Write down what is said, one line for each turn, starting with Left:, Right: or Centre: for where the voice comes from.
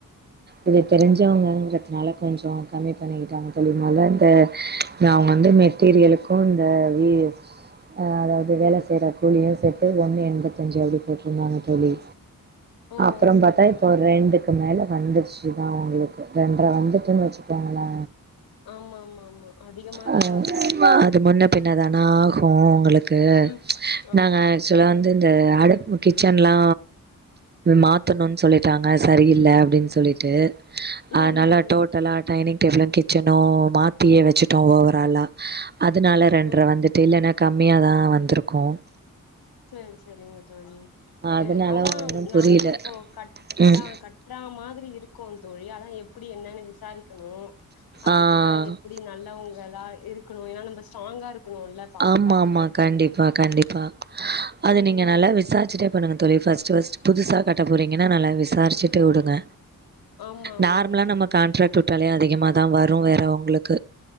Right: இது தெரிஞ்சவங்கங்கிறதுனால கொஞ்சோ கம்மி பண்ணிக்கிட்டாங்க தோழி நல்ல இந்த அவங்க வந்து மெட் ட்டீரியளுக்கு இந்த வீ ஆஹ் அதாவது வேலை
Left: ம்
Right: செய்யற கூலியும் சேத்து ஒண்ணு எண்பத்தஞ்சு அப்டி போட்டிருந்தாங்க தோழி
Left: ஓ
Right: அப்புறம்
Left: சரிங்க
Right: பாத்தா இப்போ
Left: தோழி
Right: ஒரு ரெண்டுக் க்கு மேல வந்துடுச்சுதா உங்களுக்கு ரெண்டரை வந்துட்டுன்னு வச்சுக்கோங்களே
Left: ஆமா ஆமா ம் அதி அதிகமாதா
Right: அஹ்
Left: ஆகு
Right: மா அது முன்ன பின்ன தான ஆகும் உங்களுக்கு
Left: ம் ஆமா
Right: நாங்க
Left: ஆமா
Right: ஆக்சுவலா
Left: தோழி
Right: வந்து இந்த அடுப்பு கிச்சன்ல்லா மாத் தனும்னு சொல்லிட்டாங்க சரியில்ல அப்டின் சொல்லிட்டு
Left: ம்
Right: அதனால
Left: ம்
Right: டோட் டலா டைனிங் டேபிளு கிச்சனு மாத்தியே வச்சுட்டோ ஓவராலா அதனால ரெண்டரை
Left: ம்
Right: வந்துட்டு இல்லைன்னா கம்மியா தா வந்திருக்கு
Left: சேர் செரிங்க தோழி
Right: அதனால
Left: ம் அதா
Right: ஒன்னு புரில
Left: நாங்களே இப்போ கட் அதா
Right: ம்
Left: கட் ட்ற மாதிரி இருக்கும் த தோழி அதான் எப்டி என்னன்னு விசாரிக்கணு அதுக்குதா
Right: ஆ
Left: எப் டி நல்லவங்களா இருக்கணு ஏன்னா நம்ம ஸ்ட்ராங்கா இருக்கணுல்ல பாத்து
Right: ஆமா
Left: பாத்து
Right: ஆமா
Left: கட்ற
Right: கண்டிப்பா கண்டிப்பா அது
Left: ம்
Right: நீங்க நல்லா
Left: ம்
Right: விசாரிச்சுட்டே பண்ணுங்க தோழி ஃபஸ்ட் ஃபஸ்ட் புதுசா கட்ட போறீங்கன்னா நல்ல விசாரிச்சுட்டு வுடுங்க
Left: ஆமா ஆமா
Right: நார்மலா
Left: தோழி
Right: நம்ம கான்ட்ராக்ட் வுட்டாலே அதிகமாதா வரு வேற உங்களுக்கு